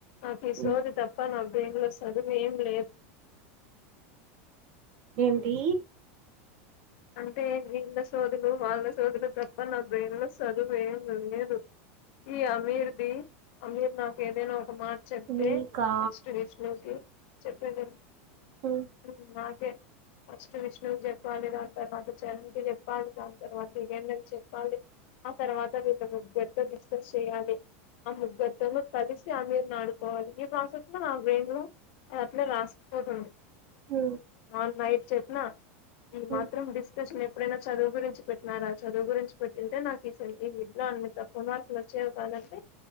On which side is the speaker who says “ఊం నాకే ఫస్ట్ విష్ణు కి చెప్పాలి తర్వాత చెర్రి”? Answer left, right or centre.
Left